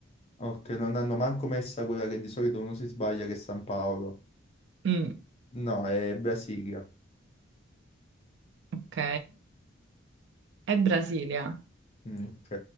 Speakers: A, on the left (about 30°); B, on the right (about 55°).
A: Ok, non hanno manco messa quella che di solito uno si sbaglia, che è San Paolo.
B: Mm,
A: No, è Brasilia.
B: ok, è Brasilia.
A: Mm, ok,